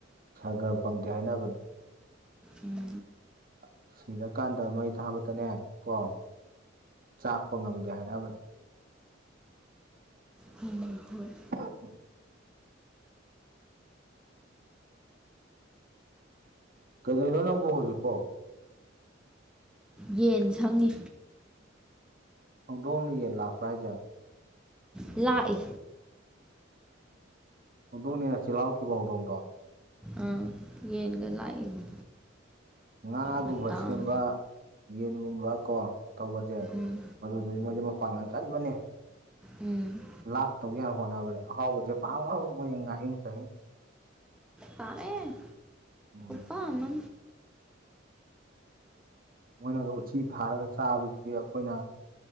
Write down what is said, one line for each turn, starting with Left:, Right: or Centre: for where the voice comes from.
Right: ꯁꯔꯒꯔꯥ‌ ꯐꯪꯗꯦ ꯍꯥꯏꯅꯕꯅꯦ
Centre: ꯎꯝ
Right: ꯑ <inaudible> ꯁꯤꯔꯀꯥꯟꯗ ꯃꯩ ꯊꯥꯕꯗꯅꯦ ꯀꯣ ꯆꯥꯛꯄ ꯉꯝꯗꯦ ꯍꯥꯏꯅꯕꯅꯤ
Centre: ꯍꯣꯏ ꯍꯣꯏ
Right: ꯎꯝ ꯀꯗꯣꯏꯅꯣ ꯅꯪꯕ ꯍꯧꯖꯤꯛꯐꯥꯎ
Centre: ꯌꯦꯟ ꯁꯪꯉꯤ
Right: ꯍꯧꯗꯣꯡꯅ ꯌꯦꯡ ꯂꯥꯛꯄ꯭ꯔꯥ ꯍꯥꯏꯁꯦ
Centre: ꯂꯥꯛꯏ
Right: ꯍꯧꯗꯣꯡꯅꯦꯅ ꯆꯤꯜꯍꯥꯎꯈꯤꯕ ꯍꯧꯗꯣꯡꯗꯣ
Centre: ꯑꯥ ꯌꯦꯟꯒ ꯂꯥꯛꯏꯒ
Right: ꯉꯥꯒꯨꯝꯕ
Centre: ꯃꯇꯥꯡ
Right: ꯁꯦꯝꯕ ꯌꯦꯟꯒꯨꯝꯕ ꯀꯣ ꯇꯧꯕꯁꯦ
Centre: ꯎꯝ
Right: ꯃꯗ ꯃꯣꯏꯗꯤ ꯃꯄꯥꯡꯒꯟ ꯀꯟꯕꯅꯦ
Centre: ꯎꯝ
Right: ꯂꯥꯛꯇꯧꯒꯦ ꯌꯥꯝ ꯍꯣꯠꯅꯕꯅꯦ ꯑꯍꯥꯎꯕꯁꯦ ꯄꯥꯝ ꯍꯔꯥꯎꯕ ꯃꯣꯏ ꯉꯥꯍꯤꯡ ꯁꯥꯍꯟꯁꯦ
Centre: ꯇꯥꯃꯦ
Right: ꯎꯝ
Centre: ꯑꯥꯃ
Right: ꯃꯣꯏꯅꯒ ꯎꯆꯤ ꯐꯥꯔꯒ ꯆꯥꯕꯁꯤꯗꯤ ꯑꯩꯈꯣꯏꯅ